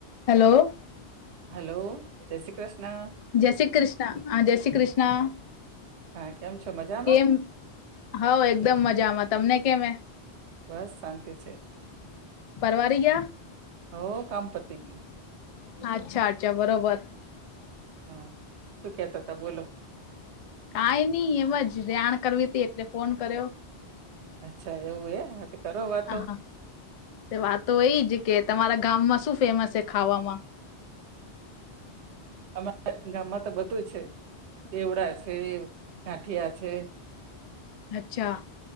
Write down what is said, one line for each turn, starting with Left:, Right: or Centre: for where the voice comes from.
Left: Hello
Right: hello જય શ્રી કૃષ્ણ
Left: જય શ્રી કૃષ્ણ હા જય શ્રી કૃષ્ણ
Right: હા કેમ છો મજામાં
Left: કેમ હઉ એકદમ મજામાં તમને કેમ
Right: બસ શાંતિ છે
Left: પરવારી ગયા
Right: હ કામ પતી ગયો
Left: અચ્છા અચ્છા બરોબર
Right: હા શું કેતા હતા બોલો
Left: કઈ નહી એમજ રેણ કરવી હતી એટલે ફોન કર્યો
Right: અચ્છા એવું એ કરો વાતો
Left: આ હા તે વાતો એજ કે તમારા ગામમાં શું ફેમસ છે ખાવામાં <unintelligible>
Right: અમા ગામમાં તો બધું છે. દેવડા છે ગાંઠિયા છે
Left: અચ્છા